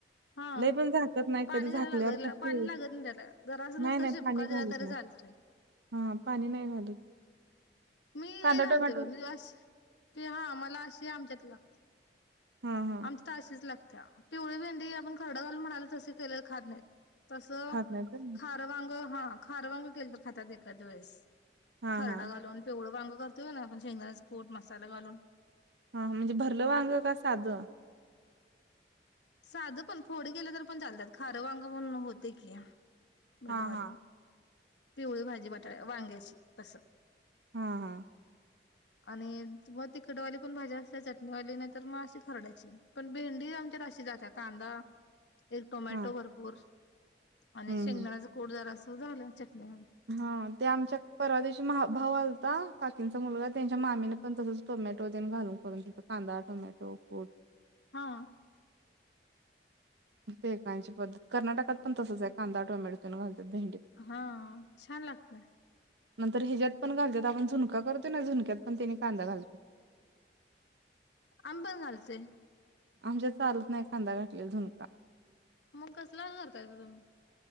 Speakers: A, on the left; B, on the right.
A: हा
B: लई पण झाकत नाही.
A: पाणी
B: कधी झाकल्यावर
A: घायला लागत
B: <unintelligible>
A: पाणी लागत नाही त्याला जरासं नुसतं
B: नाही नाही
A: शिपका
B: पाणी घालत
A: दिला तरी
B: नाही.
A: चालतोय
B: हां. पाणी नाही घालत.
A: मी
B: कांदा
A: घालते
B: टोमॅटो
A: बाई. मी अस हां. मला असेही आमच्यात लागत.
B: हं. हं.
A: आमच्यात अशीच लागतेया. पिवळी भेंडी आपण खरडा घालून म्हणालोय तसे केलेले खात नाहीत. तसं
B: खात नाहीत होय.
A: खारं वांग, हां. खार वांग केलं तर खातात एखाद वेळेस.
B: हा
A: खरडा
B: हा
A: घालून पिवळं वांग करतोय का नाही आपण शेंगदाण्याच पोट मसाला घालून.
B: हां. म्हणजे भरलं वांग का साधं?
A: साधं पण फोडी केल्या तरी पण चालत्यात. खारं वांग म्हणून होतय की मिठघालून.
B: हा हा
A: पिवळी भाजी बटाट्या वांग्याची असं.
B: हां हां.
A: आणि म तिखटवाली पण भाजी असतेया चटणीवाली नाही तर मग अशी खरड्याची. पण भेंडी आमच्यात अशी जात्या. कांदा- एक टोमॅटो
B: हम्म
A: भरपूर आणि शेंगदाण्याच
B: हम्म.
A: कूट जरास झालं. चटणी-
B: हा ते आमच्या परवा दिवशी भाऊ आलता काकींचा मुलगा. त्यांच्या मामीने पण तसच टोमॅटो देन घालून करून दि कांदा टोमॅटो कूट
A: हा
B: तेे काहीची पद्धत, कर्नाटकात पण तसच आहे कांदा टोमॅटो तिन घालतात भेंडीत.
A: हा छान लागतय.
B: नंतर ह्याच्यात पण घालत्यात आपण झुणका करतो ना झुणक्यात पण त्यानी कांदा घालतो.
A: आम्ही पण घालतोय.
B: आमच्यात चालत नाही कांदा घातलेला झुणका.
A: मग कसला करताय तुम्ही?